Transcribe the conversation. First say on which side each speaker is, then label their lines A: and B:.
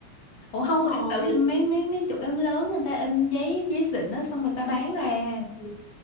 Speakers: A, on the left; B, on the left.
A: ủa không
B: Đúng
A: em
B: rồi
A: tưởng là mấy mấy mấy chỗ lớn lớn người ta in giấy giấy xịn á xong người ta bán ra
B: Dễ.